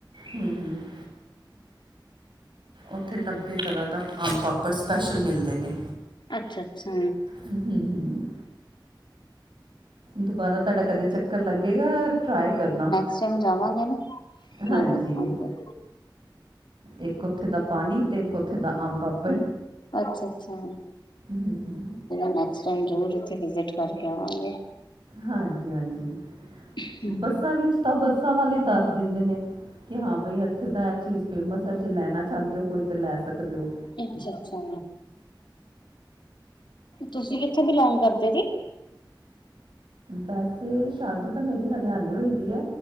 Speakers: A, on the right; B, on the left.
A: ਹੂੰ, ਹੂੰ ਉੱਥੇ ਨੱਬੇ ਤਰ੍ਹਾਂ ਦਾ ਆਮ ਪਾਪੜ ਸਪੈਸ਼ਲ ਮਿਲਦੇ ਨੇ।
B: ਅੱਛਾ-ਅੱਛਾ
A: ਹੂੰ, ਹੂੰ ਦੁਬਾਰਾ ਤਾਡਾ ਕਦੇ ਚੱਕਰ ਲੱਗੇਗਾ, ਟਰਾਏ ਕਰਨਾ।
B: ਚਲੋ ਜਾਵਾਂਗੇ ਨਾ ਫੇਰ
A: ਹਾਂਜੀ,
B: ਦੇਖਾਂਗੇ।
A: ਏਕ ਉੱਥੇ ਦਾ ਪਾਨੀ ਤੇ ਏਕ ਉੱਥੇ ਦਾ ਅੰਬ ਪਾਪੜ।
B: ਅੱਛਾ, ਅੱਛਾ।
A: ਹੂੰ, ਹੂੰ
B: ਨੈਕਸ ਟਾਈਮ ਜਰੂਰ ਉੱਥੇ ਵਿਜਿਟ ਕਰਕੇ ਆਵਾਂਗੇ।
A: ਹਾਂਜੀ -ਹਾਂਜੀ।
B: ਹ। <inaudible>
A: ਬੱਸਾਂ ਵਿੱਚ ਤਾਂ ਬੱਸਾਂ ਵਾਲੇ ਦੱਸ ਦਿੰਦੇ ਨੇ, ਕਿ ਹਾਂ ਬਈ ਇੱਥੇ ਤਾਂ ਏ ਚੀਜ਼ ਫੇਮਸ ਏ, ਜੇ ਲੈਨਾ ਚਾਹੁੰਦੇ ਓ, ਕੋਈ ਤੇ ਲੈ ਸਕਦੇ ਓ?
B: ਅੱਛਾ, ਅੱਛਾ ਤੁਸੀਂ ਕਿੱਥੇ ਬਿਲੋਂਗ ਕਰਦੇ ਜੇ
A: ਵੈਸੇ, ਸ਼ਾਦੀ ਤਾਂ ਮੇਰੀ ਹਰਿਆਨੇ ਹੋਈ ਦੀ ਏ,